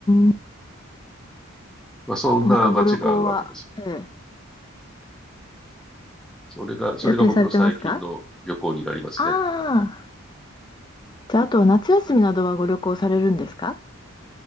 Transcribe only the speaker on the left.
ん。
あと、他ご旅行は、ええ、
予定されてますかああー、じゃあ、あと、夏休みなどはご旅行されるんですか